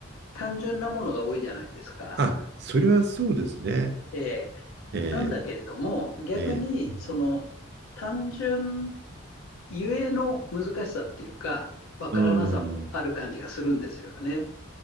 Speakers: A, on the left; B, on the right.
A: 単純なものが多いじゃないですか。
B: あ、それはそうですね。
A: えーなんだけれども、
B: え
A: 逆にその単純
B: え、ええ、
A: ゆえの難しさっていうか、わからなさもある感じがするんですよね。
B: うん。